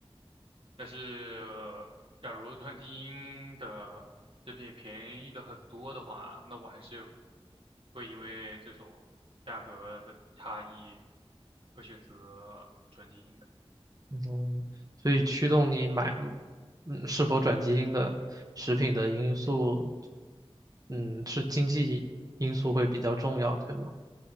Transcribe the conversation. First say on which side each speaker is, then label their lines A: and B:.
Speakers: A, on the right; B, on the right.
A: 但是，呃假如转基因的这品便宜的很多的话，那我还是会因为这种价格的差异，会选择转基因的。
B: 嗯，所以驱动你买，嗯，是否转基因的食品的因素，嗯，是经济因素会比较重要，对吗？